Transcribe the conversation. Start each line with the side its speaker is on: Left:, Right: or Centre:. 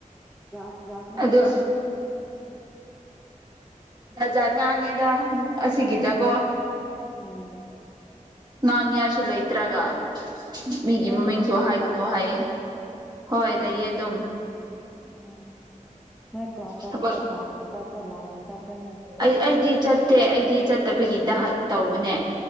Centre: ꯖꯥꯠ ꯖꯥꯠꯅꯦ
Right: ꯑꯗꯨ ꯖꯥꯠ ꯖꯥꯠ ꯉꯥꯡꯉꯦꯗ ꯑꯁꯤꯒꯤꯗꯀꯣ
Centre: ꯎꯝ
Right: ꯉꯥꯡꯅꯤꯡꯉꯏꯁꯨ ꯂꯩꯇ꯭ꯔꯒ ꯃꯤꯒꯤ
Centre: ꯅꯪꯗꯤ
Right: ꯃꯃꯤꯡꯁꯨ
Centre: ꯌꯨꯝꯗ
Right: ꯍꯥꯏꯒꯅꯨ
Centre: ꯂꯩꯕ꯭ꯔꯣ
Right: ꯍꯥꯏꯌꯦ ꯍꯣꯏ ꯂꯩꯌꯦ ꯑꯗꯨꯝ
Centre: ꯎꯝ ꯅꯣꯏ ꯀ꯭ꯂꯥꯁ
Right: ꯊꯕꯛ
Centre: ꯆꯠꯄꯗꯣ ꯕꯥꯁꯅ ꯆꯠꯄ꯭ꯔꯥ ꯂꯥꯏꯟꯗ ꯆꯠꯄ꯭ꯔꯥꯅꯦ
Right: ꯑꯩ ꯑꯩꯗꯤ ꯆꯠꯇꯦ ꯑꯩꯗꯤ ꯆꯠꯇꯕꯒꯤꯗ ꯇꯧꯕꯅꯦ